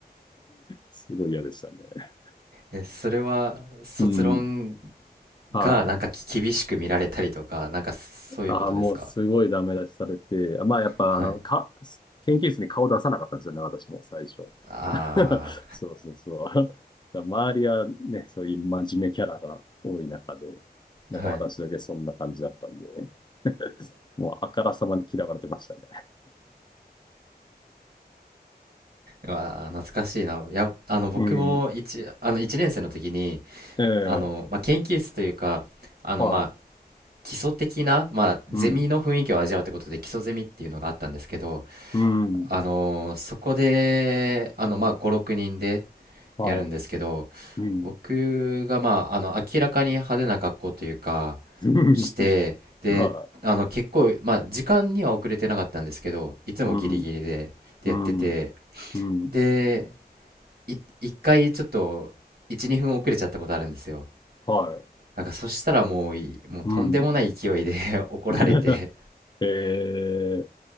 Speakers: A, on the left; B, on the right.
A: すごい嫌でしたね。
B: ー。え、それは、卒論
A: <laughs> うん。はい。
B: がなんかき厳しく見られたりとか、なんかそういうことですか
A: ああ、もうすごいダメ出しされて、まあやっぱあの、
B: はい。
A: か、研究室に顔出さなかったんですよね、私も最初。
B: あ
A: <laughs> そうそうそう。<laughs> だから周りはね、そういう真面目キャラが多い中で、なんか私だけそんな感じだったんで、
B: あ、はい。
A: <laughs> もうあからさまに嫌われてましたね。
B: うわあ、懐かしいな。いや、あの、僕も一、
A: うん。
B: あの、一年生の時に、
A: <laughs> ええ、
B: あの、まあ、研究室というか、あの、
A: はい。
B: まあ、基礎的な、まあ、ゼミの雰囲気を味わうってことで、
A: うん。
B: 基礎ゼミっていうのがあったんですけど、
A: うん。
B: あのーそこで、あの、まあ、5、6人で
A: はい。
B: やるんですけど、
A: うん。
B: 僕が、まあ、あの、明らかに派手な格好というか、
A: <laughs>
B: して、で、
A: は
B: あの、結構、まあ、時間には遅れてなかったんですけど、いつもギリギリで、
A: い。うん。
B: でやってて、
A: うん。うん。
B: で、い、一回ちょっと、1、2分遅れちゃったことあるんですよ。
A: はい。
B: なんか、そしたらもうい、もうとんでもない勢いで
A: うん。
B: <laughs> 怒られて
A: <laughs> ええ。